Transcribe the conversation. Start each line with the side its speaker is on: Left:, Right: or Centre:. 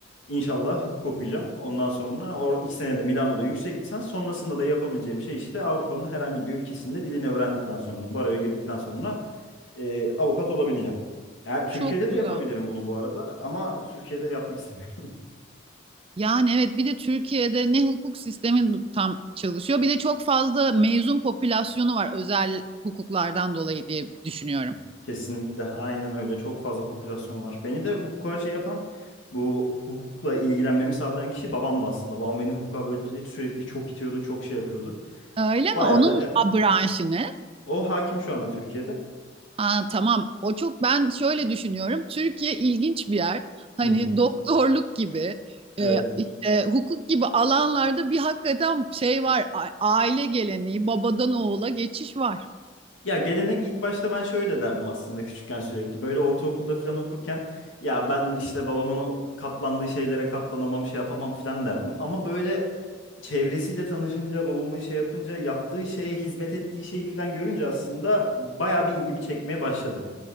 Left: İnşallah hukuk okuyacağım. Ondan sonra o iki senede Milano'da yüksek lisans. Sonrasında da yapabileceğim şey işte Avrupa'nın herhangi bir ülkesinde dilini öğrendikten sonra, baroya girdikten sonra e, avukat olabileceğim. Ya Türkiye'de
Right: Çok güzel.
Left: de yapabilirim bunu bu arada ama Türkiye'de yapmak istemiyorum.
Right: Yani evet bir de Türkiye'de ne hukuk sistemi tam çalışıyor bir de çok fazla mezun popülasyonu var özel hukuklardan dolayı diye düşünüyorum.
Left: <laughs> Kesinlikle. Aynen öyle. Çok fazla popülasyon var. Beni de bu hukuka şey yapan, bu hukukla ilgilenmemi sağlayan kişi babamdı aslında. Babam beni hukuka böyle sürekli çok itiyordu, çok şey yapıyordu.
Right: Öyle mi?
Left: Bayağı
Right: Onun
Left: da e,
Right: a- branşı ne?
Left: o hakim şu anda Türkiye'de.
Right: Aa, tamam. O çok ben şöyle düşünüyorum. Türkiye ilginç bir yer. Hani
Left: Hı hı.
Right: doktorluk gibi,
Left: Evet.
Right: e, işte hukuk gibi alanlarda bir hakikaten şey var. a- Aile geleneği, babadan oğula geçiş var.
Left: Ya gelenek ilk başta ben şöyle derdim aslında küçükken sürekli. Böyle ortaokulda falan okurken ya ben işte babamın o katlandığı şeylere katlanamam şey yapamam falan derdim. Ama böyle çevresiyle tanışınca babamın şey yapınca yaptığı şeye hizmet ettiği şeyi falan görünce aslında bayağı bir ilgimi çekmeye başladı.